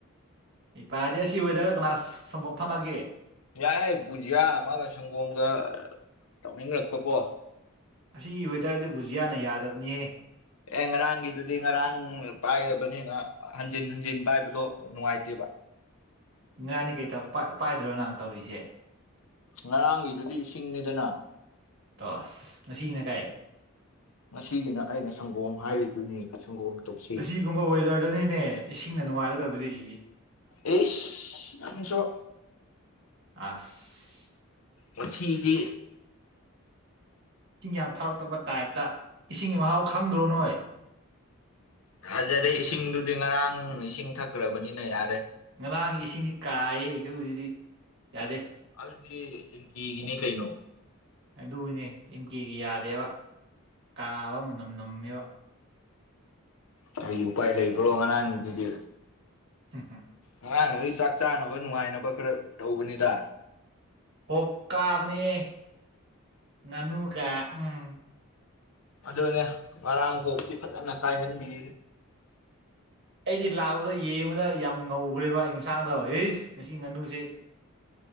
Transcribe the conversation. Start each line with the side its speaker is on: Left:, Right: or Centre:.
Right: ꯏ ꯄꯥꯏꯔꯗꯤꯦ ꯁꯤ ꯋꯦꯗꯔ ꯀꯅꯥ ꯁꯪꯒꯣꯝ ꯊꯥꯎꯅꯒꯦ
Left: ꯌꯥꯏ ꯕꯨꯖꯤꯌꯥ ꯑꯃꯒ ꯁꯪꯒꯣꯝꯒ ꯇꯧꯅꯤꯡꯂꯛꯄꯀꯣ
Right: ꯑꯁꯤꯒꯤ ꯋꯦꯗꯔꯁꯤꯕꯨꯖꯤꯌꯥꯅ ꯌꯥꯗꯕꯅꯤꯍꯦ
Left: ꯑꯦ ꯉꯔꯥꯡꯒꯤꯗꯨꯗꯤ ꯉꯔꯥꯡ ꯄꯥꯏꯔꯕꯅꯤꯅ ꯍꯟꯖꯤꯟ ꯍꯟꯖꯤꯟꯕ ꯍꯥꯏꯕꯗꯣ ꯅꯨꯡꯉꯥꯏꯇꯦꯕ
Right: ꯏꯔꯥꯅꯤ ꯀꯩ ꯄꯥꯏꯗ꯭ꯔꯣ ꯅꯍꯪ ꯇꯧꯔꯤꯁꯦ
Left: ꯉꯔꯥꯡꯒꯤꯗꯨꯗꯤ ꯏꯁꯤꯡꯅꯤꯗꯅ
Right: ꯇꯣꯁ ꯉꯁꯤꯒꯤꯅ ꯀꯩ
Left: ꯉꯁꯤꯒꯤꯅ ꯑꯩꯅ ꯁꯪꯒꯣꯝ ꯍꯥꯏꯔꯤꯗꯨꯅꯤ ꯁꯪꯒꯣꯝ ꯇꯧꯁꯤ
Right: ꯑꯁꯤꯒꯨꯝꯕ ꯋꯦꯗꯔꯗꯅꯤꯅꯦ ꯏꯁꯤꯡꯅ ꯅꯨꯡꯉꯥꯏꯒꯗꯕꯁꯦ ꯏ
Left: ꯇꯩꯁ ꯑꯁꯨ
Right: ꯑꯁ
Left: ꯄꯊꯤꯗꯤ
Right: ꯏꯤꯡ ꯌꯥꯝ ꯊꯔꯛꯇꯕ ꯇꯥꯏꯞꯇ ꯏꯁꯤꯡꯒꯤ ꯃꯍꯥꯎ ꯈꯪꯗ꯭ꯔꯣ ꯅꯣꯏ
Left: ꯐꯖꯔꯦ ꯏꯁꯤꯡꯗꯨꯗꯤ ꯉꯔꯥꯡ ꯏꯁꯤꯡ ꯊꯛꯈ꯭ꯔꯕꯅꯤꯅ ꯌꯥꯔꯦ
Right: ꯉꯔꯥꯡ ꯏꯁꯤꯡꯗꯤ ꯀꯥꯏꯌꯦ ꯑꯩꯁꯨ ꯍꯧꯖꯤꯗꯤ ꯌꯥꯗꯦ
Left: ꯑꯗꯨꯗꯤ ꯀꯤꯒꯤꯅꯤ ꯀꯩꯅꯣ
Right: ꯑꯗꯨꯕꯨꯅꯦ ꯏꯟ ꯀꯦꯒꯤ ꯌꯥꯗꯦꯕ ꯀꯥꯕ ꯃꯅꯝ ꯅꯝꯃꯦꯕ
Left: ꯀꯔꯤ ꯎꯄꯥꯏ ꯂꯩꯕ꯭ꯔꯣ ꯉꯔꯥꯡꯒꯤꯗꯨꯗꯤ
Right: ꯁꯐꯔ
Left: ꯑꯉꯥꯡꯗꯨꯒꯤ ꯆꯥꯛ ꯆꯥꯅꯕ ꯅꯨꯡꯉꯥꯏꯅꯕ ꯈꯔ ꯇꯧꯕꯅꯤꯗ
Right: ꯍꯣꯞ ꯀꯥꯕꯅꯤꯌꯦ ꯉꯥꯅꯨ ꯀꯦ ꯎꯝ
Left: ꯑꯗꯨꯅꯦ ꯉꯔꯥꯡ ꯐꯥꯎꯇꯤ ꯐꯖꯅ ꯀꯥꯏꯍꯟꯕꯤ
Right: ꯑꯩꯗꯤ ꯂꯥꯛꯄꯗ ꯌꯦꯡꯕꯗ ꯌꯥꯝ ꯉꯧꯈ꯭ꯔꯦꯕ ꯌꯦꯟꯁꯥꯡꯗ ꯍꯁ ꯉꯁꯤ ꯉꯥꯅꯨꯁꯦ